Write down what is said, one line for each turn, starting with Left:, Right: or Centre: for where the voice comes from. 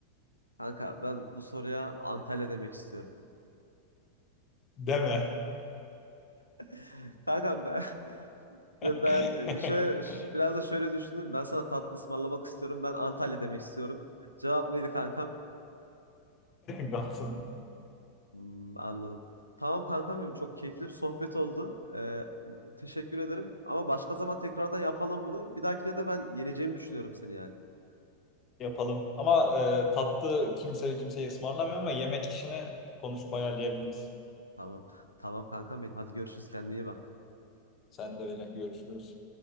Right: Kanka ben bu soruya Antalya demek istiyorum.
Left: Deme.
Right: <laughs> Kanka ben
Left: <laughs>
Right: ve ben e, şöyle ş- biraz da şöyle düşündüm. Ben sana tatlı ısmarlamak istiyorum. Ben Antalya demek istiyorum. Cevap neydi kankam?
Left: Gotham.
Right: Hmm, anladım. Tamam kankam benim çok keyifli bir sohbet oldu. Ee, teşekkür ederim. Ama başka zaman tekrardan yapalım bunu. Bir dahakine de ben yeneceğimi düşünüyorum seni yani.
Left: Yapalım. Ama e, tatlı kimse kimseyi ısmarlamıyor ama yemek işini konuşup ayarlayabiliriz.
Right: Tamam. Tamam kankam benim. Hadi görüşürüz. Kendine iyi bak.
Left: Sen de öyle görüşürüz.